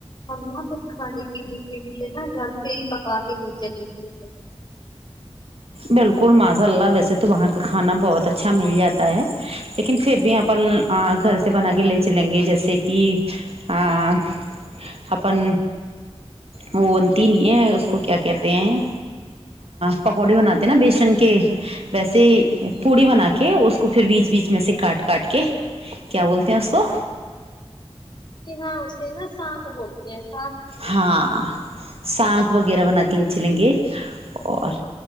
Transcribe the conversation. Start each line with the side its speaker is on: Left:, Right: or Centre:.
Left: ہم نا کچھ کھانے پینے کے لیے نا گھر سے ہی پکا کے لے چلیںگے
Right: بالکل ماشاء اللہ ویسے تو وہاں کا کھانا بہت اچھا مل جاتا ہے لیکن پھر بھی اپن گھر سے بنا کے لے چلیں گے جیسے کہ اپ اپن وہ بنتی نہیں ہے اس کو کیا کہتے ہیں پکوڑے بناتے ہیں نا بیسن کے ویسے پوڑی بنا کے اس کو پھر بیچ بیچ میں سے کاٹ کاٹ کے کیا بولتے ہیں اس کو
Left: کہ ہاں اسے نا سا کو بول ایسا
Right: ہاں ساک وغیرہ بنا کے بیےچ لیں گے اور